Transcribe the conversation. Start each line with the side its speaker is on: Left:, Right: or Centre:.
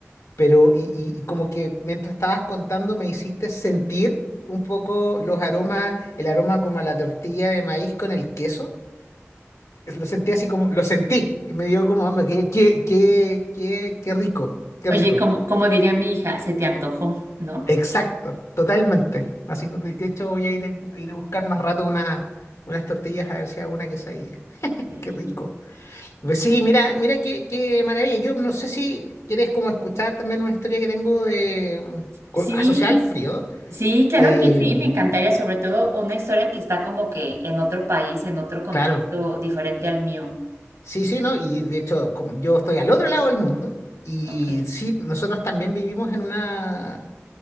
Left: pero y, y- y como que mientras estabas contando me hiciste sentir un poco los aromas, el aroma como a la tortilla de maíz con el queso. Es- Lo sentí así como, lo sentí, y me dio como, hombre, qué, qué, qué, qué, qué rico, qué
Right: Oye,
Left: rico.
Right: como, como diría mi hija, se te antojó, ¿no?
Left: Exacto, totalmente. Así que de de hecho voy a ir a, a ir a buscar más rato una, unas tortillas a ver si hago una quesadilla.
Right: Y-
Left: Qué rico. Pues sí, mira, mira qué, qué maravilla. Yo no sé si quieres como escuchar también una historia que tengo de mm, co-
Right: Sí,
Left: asociada al frío.
Right: sí, claro
Left: Eh,
Right: que sí, me encantaría, sobre todo una historia que está como que en otro país, en otro contexto
Left: claro,
Right: diferente al mío.
Left: sí, sí, ¿no? Y de hecho, com- yo estoy al otro lado del mundo y
Right: Ok,
Left: sí, nosotros también vivimos en una